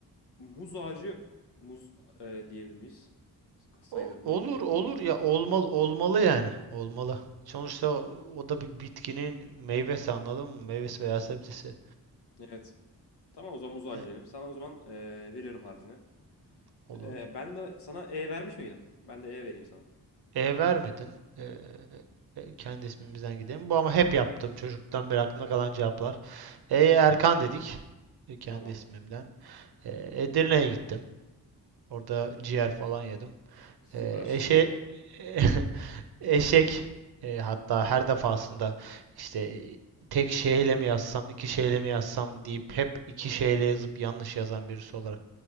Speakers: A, on the left (about 80°); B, on the right (about 65°).
A: muz ağacı, muz e, diyebilir miyiz? Sayılır
B: O-
A: mı
B: olur
A: bitkiye?
B: olur ya olmalı olmalı yani olmalı. Sonuçta o, o da bir bitkinin meyvesi anladın mı? Meyvesi veya sebzesi
A: Evet. Tamam o zaman muz ağacı
B: E,
A: diyelim. Sana o zaman e, veriyorum harfini.
B: olur.
A: Ee, ben de sana E vermiş miydim? Ben de E vereyim sana.
B: E vermedin. E, e, kendi ismimizden gidelim. Bu ama hep yaptım çocuktan beri aklımda kalan cevaplar. E Erkan dedik. E, kendi
A: Tamam.
B: ismimden. E, Edirne'ye gittim. Orada ciğer falan yedim.
A: Süper.
B: E, eşe
A: <laughs>
B: <laughs> Eşek e, hatta her defasında işte e, tek şeyle mi yazsam iki şeyle mi yazsam deyip hep iki şeyle yazıp yanlış yazan birisi olarak